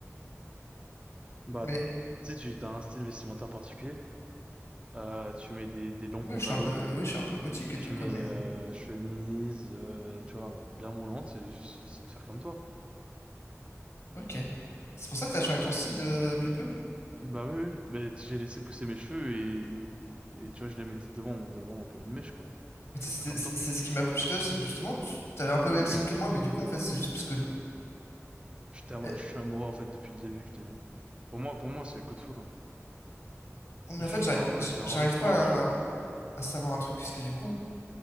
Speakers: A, on the right; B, on the left.
A: Bah,
B: Mais
A: si tu as un style vestimentaire particulier, euh, tu mets des, des longs
B: oui,
A: pantalons,
B: je suis un peu, oui, je suis un peu gothique et
A: tu
B: tout, quoi,
A: mets
B: mais
A: euh, chemise, euh, tu vois, bien moulante, et j- j'essaie de faire comme toi.
B: ok. C'est pour ça que t'as changé ton style de- depuis peu?
A: Bah oui, oui. Bah, j'ai laissé pousser mes cheveux et, et tu vois, je les mettais devant, moi, devant comme une mèche, quoi.
B: Mais
A: Je
B: C'est
A: voulais faire comme
B: c'est-
A: toi.
B: c'est ce qui m'a plu chez toi, c'est que justement, tu avais un peu le même
A: <clears throat>
B: style que moi, mais du coup, en fait, c'est juste parce que.
A: J'étais am-
B: Eh,
A: Je suis amoureux, en fait, depuis le début que t'as vu. Pour moi, pour moi, c'est le coup de foudre.
B: Mais
A: J'ai
B: en fait, j'arri-
A: en-
B: j-
A: j'ai envie
B: j'arrive
A: de toi.
B: pas
A: Tu...
B: à, à savoir un truc, parce que du coup,